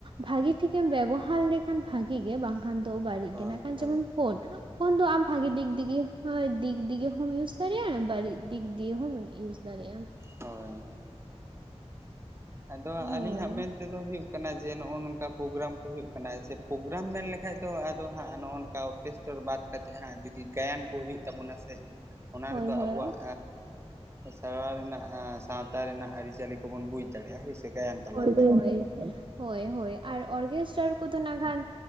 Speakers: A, on the right; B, on the right.
A: ᱵᱷᱟᱜᱤ ᱴᱷᱤᱠᱮᱢ ᱵᱮᱵᱚᱦᱟᱨ ᱞᱮᱠᱷᱟᱱ ᱵᱷᱟᱜᱤ ᱜᱮ ᱵᱟᱝ ᱠᱷᱟᱱ ᱫᱚ ᱵᱟᱹᱲᱤᱡ
B: ᱦᱳᱭ
A: ᱜᱮ ᱠᱷᱟᱱ
B: ᱦᱳᱭ
A: ᱡᱮᱢᱚᱱ ᱯᱷᱳᱨ ᱯᱷᱳᱱ ᱫᱚ ᱟᱢ ᱵᱷᱟᱜᱤ ᱰᱤᱜᱽ ᱰᱤᱜᱽ ᱦᱚᱭ ᱰᱤᱜᱽ ᱰᱤᱜᱽ ᱰᱤᱜᱮ ᱦᱚᱢ ᱭᱩᱡᱽ ᱫᱟᱲᱮᱭᱟᱜᱼᱟ, ᱵᱟᱹᱲᱤᱡ ᱰᱤᱜᱽ ᱰᱤᱭᱮ ᱦᱚᱢ ᱭᱩᱡᱽ ᱫᱟᱲᱮᱭᱟᱜᱼᱟ ᱾
B: ᱦᱳᱭ ᱟᱫᱚ
A: ᱦᱳᱭ
B: ᱟᱹᱞᱤᱧᱟᱜ ᱢᱮᱱᱛᱮ ᱫᱚ ᱦᱩᱭᱩᱜ ᱠᱟᱱᱟ ᱡᱮ ᱱᱚᱜᱼᱚ ᱱᱚᱝᱠᱟ ᱯᱨᱳᱜᱨᱟᱢ ᱠᱚ ᱦᱩᱭᱩᱜ ᱠᱟᱱᱟ, ᱡᱮ ᱯᱨᱳᱜᱨᱟᱢ ᱢᱮᱱ ᱞᱮᱠᱷᱟᱡ ᱫᱚ ᱟᱫᱚ ᱦᱟᱸᱜ ᱱᱚᱜᱼᱚ ᱱᱚᱝᱠᱟ ᱚᱨᱠᱮᱥᱴᱟᱨ ᱵᱟᱫᱽ ᱠᱟᱛᱮᱫ ᱦᱟᱸᱜ ᱡᱩᱫᱤ ᱜᱟᱭᱟᱱ ᱠᱚ ᱦᱩᱭᱩᱜ ᱛᱟᱵᱚᱱᱟ ᱥᱮ ᱚᱱᱟ
A: ᱦᱳᱭ
B: ᱨᱮᱫᱚ
A: ᱦᱳᱭ
B: ᱟᱵᱚᱣᱟᱜ ᱥᱮᱨᱣᱟ ᱨᱮᱱᱟᱜ ᱥᱟᱶᱛᱟ ᱨᱮᱱᱟᱜ ᱟᱹᱨᱤᱪᱟᱹᱞᱤ ᱠᱚᱵᱚᱱ ᱵᱩᱡᱽ ᱫᱟᱲᱮᱭᱟᱜ ᱦᱳᱭ ᱥᱮ ᱜᱟᱭᱟᱱ ᱛᱟᱞᱟᱛᱮ
A: ᱦᱳᱭ ᱦᱳᱭ, ᱦᱳᱭ ᱦᱳᱭ ᱟᱨ ᱚᱨᱠᱮᱥᱴᱟᱨ ᱠᱚᱫᱚ ᱱᱟᱜᱟᱱ